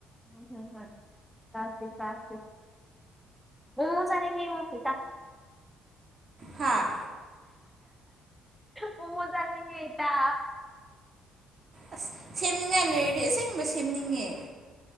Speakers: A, in the centre; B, on the right.
A: ꯍꯣꯢ ꯍꯣꯢ ꯆꯥꯁꯤ ꯆꯥꯁꯤ ꯃꯣꯃꯣ ꯆꯥꯅꯤꯡꯉꯤꯉꯣ ꯈꯤꯇꯪ
B: ꯍꯥꯥ
A: ꯃꯣꯃꯣ ꯆꯥꯅꯤꯡꯉꯦ ꯢꯇꯥ
B: ꯑꯁ ꯁꯦꯝꯅꯤꯡꯉꯥꯏ ꯂꯩꯔꯗꯤ ꯑꯁꯦꯡꯕ ꯁꯦꯝꯅꯤꯡꯉꯦ